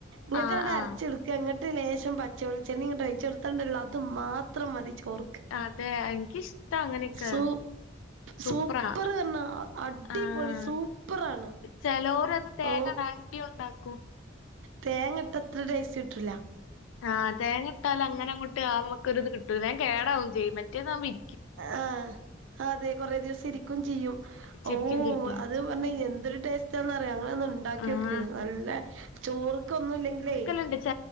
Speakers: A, on the right (about 80°); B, on the left (about 85°).
A: ന്നിട്ടാണ്ട്
B: ആ ആ
A: അരച്ചെടു എന്നിട്ട് ലേശം പച്ചവളിച്ചെണ്ണ ഇങ്ങട്ട് ഒഴിച്ച് കൊടുത്തണ്ടല്ലോ അത് മാത്രം മതി ചോർ
B: അതെ എനിക്കിഷ്ടാ അങ്ങനെയൊക്കെ
A: സൂ
B: സൂപ്പറാ
A: സൂപ്പർ പറഞ്ഞാ അടിപൊളി
B: ആഹ്
A: സൂപ്പറാണ്
B: ചെലോരത് തേങ്ങ
A: ഓ
B: ണ്ടിയ ഉണ്ടാക്കും
A: തേങ്ങിട്ടത്ര ടേസ്റ്റ് കിട്ടുല്ല
B: ആഹ് തേങ്ങ ഇട്ടാല്അങ്ങനെ അങ്ങോട്ട് ആമ്മക്കൊരുഇത് കിട്ടൂല വേം കേടാവും ചെയ്യും മറ്റേതാവുമ്പോ ഇ
A: ആഹ് അതെ കൊറേ ദിവസം ഇരിക്കും ചെയ്യും
B: ഇച്ചിരിക്കും
A: ഓ
B: ചെയ്യും
A: അത് പറഞ്ഞ എന്തൊരു ടേസ്റ്റാണന്ന്റിയാ അങ്ങനെ ഒന്ന് ഇണ്ടാക്യോക്ക്
B: ആ
A: നല്ല ചോറ്ക് ഒന്നും ഇല്ലെങ്കിലേ
B: ണ്ട്ച്ച